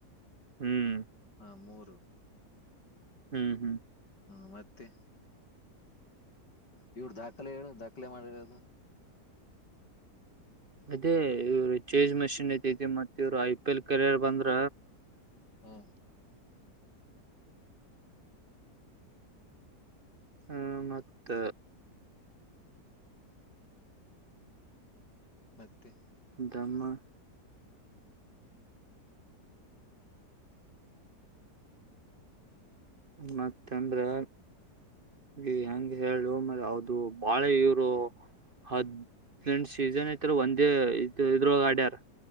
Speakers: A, on the right; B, on the left.
A: ಹ್ಮ್
B: ಹಾ ಮೂರು
A: ಹ್ಮ್ ಹ್ಮ್
B: ಹಾ ಮತ್ತೆ ಇವ್ರ ದಾಖಲೆ ಹೇಳ ದಾಖಲೆ ಮಾಡಿರದು
A: ಅದೇ ಇವ್ರು ಚೇಜ್ ಮಷಿನ್ ಐತೆತಿ ಮತ್ತ ಇವ್ರು ಐ ಪಿ ಎಲ್ ಕೆರಿಯರ್ ಬಂದ್ರ
B: ಹಾ
A: ಹ್ಮ ಮತ್ತ
B: ಮತ್ತೆ
A: ದಮ್ಮ ಮತ್ತ ಅಂದ್ರೆ ಈ ಹೆಂಗೆ ಹೇಳಿಮೇಲೆ ಹೌದು ಬಾಳೆ ಇವರು ಹದ ್ರಂಡ್ ಸೀಸನ್ ಐತ್ಾರ ಒಂದೇ ಇದ ಇದ್ರ ಅಡ್ಯಾರ್